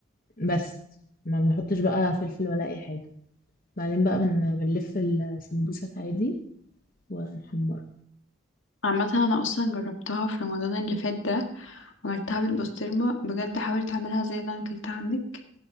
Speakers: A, on the left; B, on the left.
A: بس ما بنحطش بقى فلفل ولا أي حاجة بعدين بقى بن... بنلف السمبوسك عادي ونحمرها
B: عامة انا اصلا جربتها في رمضان اللي فات ده عملتها بالبسطرمة بجد حاولت اعملها زي اللي انا اكلتها عندك